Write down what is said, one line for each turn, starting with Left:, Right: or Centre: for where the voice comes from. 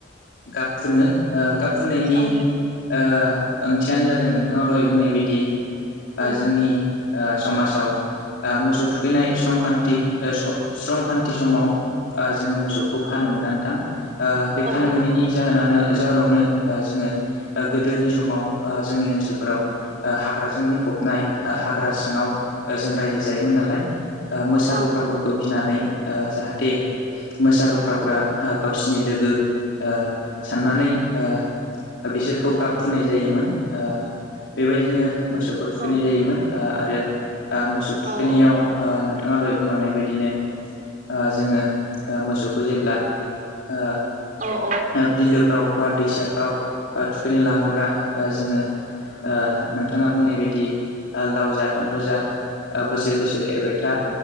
Left: गाब फुनो ओ गाब फु फुननायनि
Right: औ
Left: ओ ओंथियानो जादों नोंथाङा दहाय बुंनाय बायदि ओ
Right: औ
Left: जोंनि ओ समाजाव ओ मोसौ थुखैनाय स्लंखान्थि ओ स स्रंखान्थि समाव ओ जोङो मोसौखौ खानो मोना नोंथां ओ बे खानो
Right: औ नंगौ
Left: मोनैनि जाहोनानो जाहोनावनो ओ जोङो ओ गोदोनि समाव ओ जोंनि ओनसोलफोराव ओ हाग्राजों बुंफ फबनाय ओ हाग्रा सिङाव जों रायजो जायोमोन नालाय ओ मोसा
Right: औ
Left: लख्राफोरखौ गिनानै ओ जाहाथे मोसा लख ख्राफ्रा ओ गावसिनि लोगो ओ साननानै
Right: औ
Left: ओ ओ बिसोरखौ गाब फुनाय जायोमोन ओ बेबायदिनो मोसौखौ थुखैनाय
Right: औ औ
Left: जायोमोन ओ आरो ओ मोसौ
Right: औ
Left: थुखैनायाव
Right: औ
Left: ओ नोंथाङा दहाय बुंलांनाय बायदिनो ओ जोङो ओ मोसौखौ जेब्ला ओ
Right: औ
Left: ओ बिलोफ्राव बा दैसाफ्राव ओ थुखैनो लाङोब्ला ओ जोङो ओ नोंथाङा बुंनाय बायदि ओ लाव जा फानथाव जा ओ बोसोर बोसोर एरबाय था